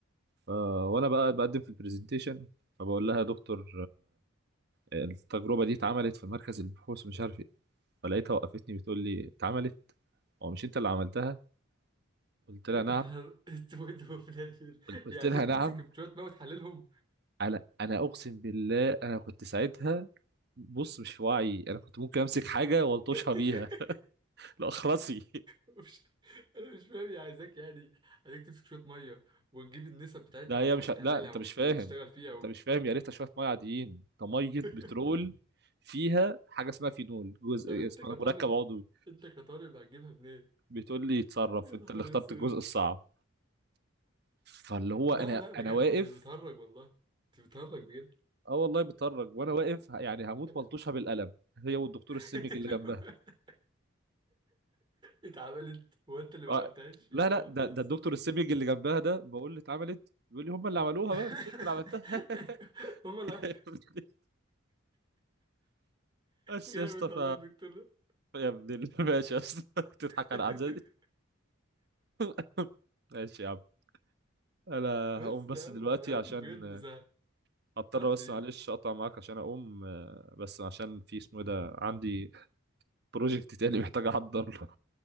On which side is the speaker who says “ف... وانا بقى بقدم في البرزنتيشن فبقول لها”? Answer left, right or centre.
Right